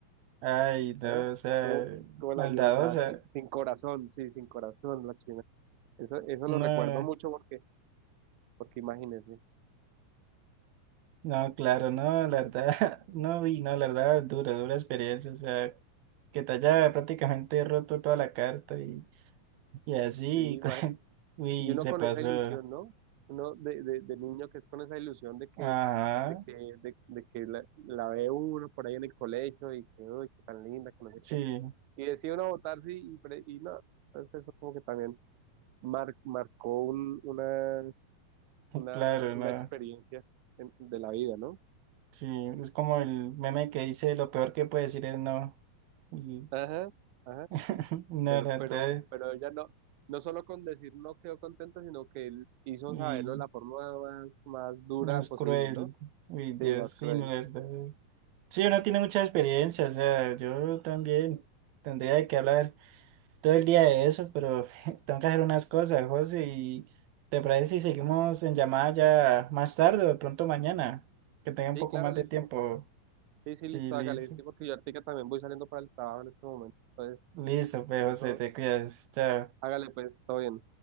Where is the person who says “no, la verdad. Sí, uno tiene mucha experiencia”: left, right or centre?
Right